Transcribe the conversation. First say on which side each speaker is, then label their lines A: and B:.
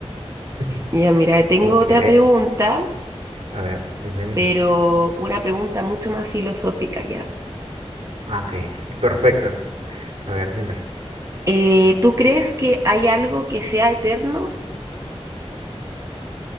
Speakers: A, on the right; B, on the right.
A: <laughs>
B: Ya, mira, tengo
A: Ok,
B: otra pregunta,
A: a ver, dime, dime.
B: pero una pregunta mucho más filosófica ya.
A: Ah, Ok, perfecto. A ver, dime.
B: Eh, ¿tú crees que hay algo que sea eterno?